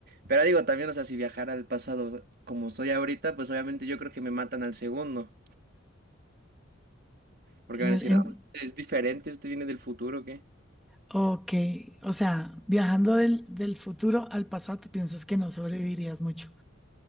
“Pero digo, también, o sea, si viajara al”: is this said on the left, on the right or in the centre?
Right